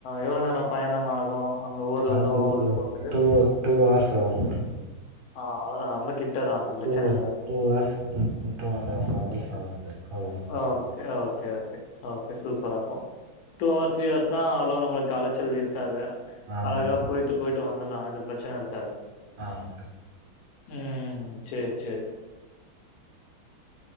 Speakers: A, on the left; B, on the right.
A: எவ்ளவு நேரம் பயணமாகு அங்க ஊர்ல இருந்து
B: அது
A: உங்க ஊர்க்கு போற்துக்கு
B: டூ டூ ஆர்ஸ் ஆகுங்க
A: ஆ அவ்ளதா ரொம்ப கிட்டதா அப்ப பிரச்சன
B: டூ
A: இல்ல
B: two hours to two and half hours ஆகும் சார் அவ்ளோதா sir
A: okay okay okay okay super அப்போம் டூ ஹவர்ஸ் த்ரீ ஹவர்ஸ்னா அவ்ளோ நமளுக்கு அலச்சல் இருக்காது
B: ஆமா
A: அழகா
B: சார்
A: போய்ட்டு போய்ட்டு வந்துலாம் எந்த பிரச்சனயு இருக்காது
B: ஆமா சார்
A: ம் சேர் சேரி